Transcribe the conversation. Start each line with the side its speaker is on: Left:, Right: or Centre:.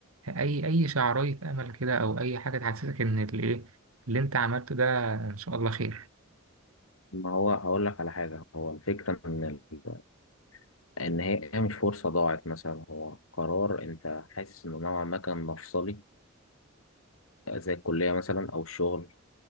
Right: اي اي شعراية امل كده او اي حاجة تحسسك ان الايه اللي انت عملته ده ان شاء الله خير
Left: ما هو هقول لك على حاجة هو الفكرة ان ال... ان هي هي مش فرصة ضاعت مثلا هو قرار انت حاسس انه نوعا ما كان مفصلي زي الكلية مثلا او الشغل